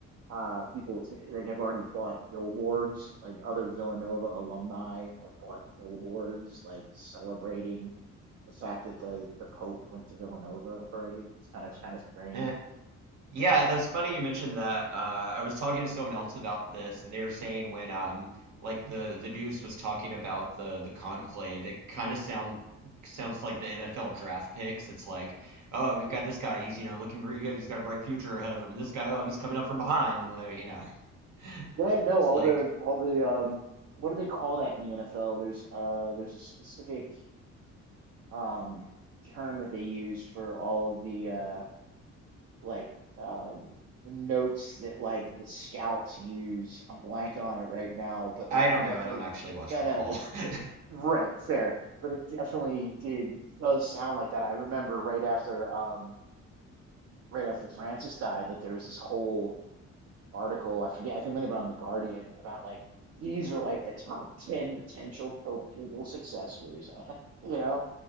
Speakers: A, on the right; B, on the right.
A: uh people t- like have already bought billboards, like other Villanova alumni have bought billboards like celebrating the fact that the the Pope went to Villanova already. It's kind of kind of strange.
B: Eh. Yeah, that's funny you mentioned that. Uh, I was talking to someone else about this, and they were saying when um like the the Deuce was talking about the the conclave, it kind of sound sounds like the NFL draft picks. It's like, oh, we've got this guy, he's you know looking pretty good, he's got a bright future ahead of him, and this guy, oh, he's coming up from behind, and like, you know, <laughs>
A: Yeah, no,
B: it's
A: all
B: like
A: the all the um what do they call that in the NFL? There's uh there's a specific um term that they use for all of the uh like um notes that like the scouts use. I'm blanking on it right now, but like
B: I don't
A: it definitely
B: know, I don't actually watch
A: no
B: football.
A: no it
B: <laughs>
A: right fair, but it definitely did does sound like that. I remember right after um right after Francis died, like there was this whole article. I forget. I think maybe on the Guardian about like these are like the top ten potential Pope papal successors. <laughs> you know,